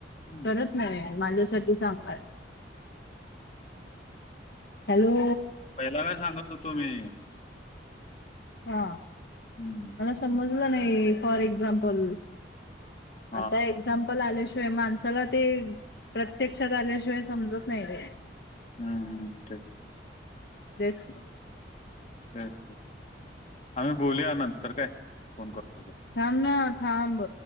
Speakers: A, on the left; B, on the left.
A: हं.
B: परत नाही माझ्यासाठी चांगलंय आहे. हॅलो
A: पहिला काय सांगत होतो मी
B: हा
A: हम्म
B: समजल नाही फॉर एकझ्मापल
A: हा
B: आता एकझाम्पल आल्याशिवाय माणसाला ते प्रत्यक्षात आल्याशिवाय समजत नाही रे.
A: हम्म त
B: तेच ना
A: ते आम्ही बोलूया नंतर काय फोन करतो तुला.
B: थांब ना थांब